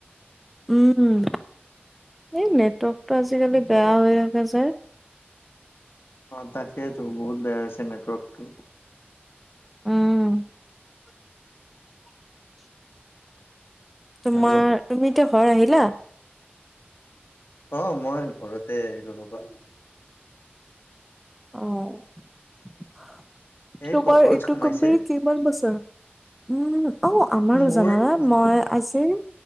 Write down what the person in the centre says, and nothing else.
উম, এই নেটৱৰ্কটো আজিকালি
বেয়া হৈ আছে যে।
উম। তোমাৰ
তুমি এতিয়া ঘৰ আহিলা।
অঁ,
তোমাৰ
এইটো
কোম্পানীত কিমান বছৰ? উম অঔ আমাৰো
জানানে,
মই আজি-